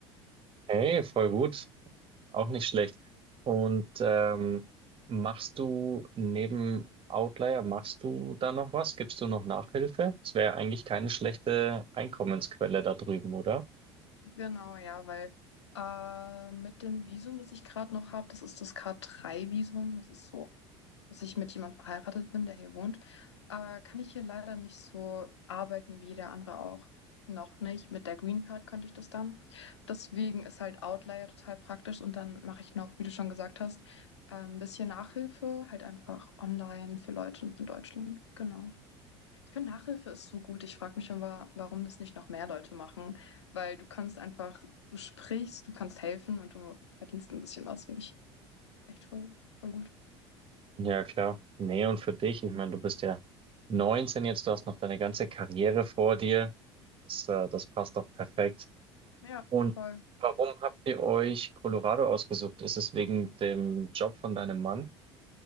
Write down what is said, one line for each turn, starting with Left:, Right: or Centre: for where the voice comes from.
Right: Hey, voll gut. Auch nicht schlecht. Und ähm, machst du neben Outlier, machst du da noch was? Gibst du noch Nachhilfe? Das wäre eigentlich keine schlechte Einkommensquelle da drüben, oder?
Left: Genau, ja, weil äh, mit dem Visum, das ich gerade noch habe, das ist das k drei visum Das ist so dass ich mit jemandem verheiratet bin, der hier wohnt, äh, kann ich hier leider nicht so arbeiten wie der andere auch. Noch nicht. Mit der Green Card könnte ich das dann. Deswegen ist halt Outlier total praktisch und dann mache ich noch, wie du schon gesagt hast, äh, ein bisschen Nachhilfe, halt einfach online für Leute in Deutschland. Genau. Ich finde, Nachhilfe ist so gut. Ich frage mich immer, warum das nicht noch mehr Leute machen, weil du kannst einfach, du sprichst, du kannst helfen und du verdienst ein bisschen was, finde ich echt voll, voll gut.
Right: Ja, klar. Nee, und für dich, ich meine, du bist ja 19 jetzt, du hast noch deine ganze Karriere vor dir. Das, äh, das passt doch perfekt.
Left: Ja,
Right: Und
Left: voll.
Right: warum habt ihr euch Colorado ausgesucht? Ist es wegen dem Job von deinem Mann?